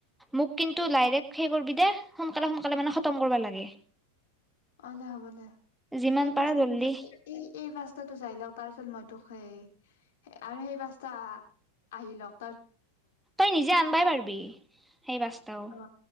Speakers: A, in the centre; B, on the left.
A: মোক কিন্তু লাইৰেক্ট সেই কৰিবি দে, সোনকালে সোনকালে মানে খতম কৰিবা লাগে।
B: অ'লে হ'ব দে।
A: যিমান
B: এই
A: পাৰা
B: পাঁচটাটো
A: জল্দি
B: চাই, এই পাঁচটাটো চাই লওঁ। তাৰ পিছত মই তোক সেই আৰু সেই পাঁচটা আহি লওঁক।
A: তই নিজে আনিবাই পাৰিবি সেই পাঁচটাও।
B: অ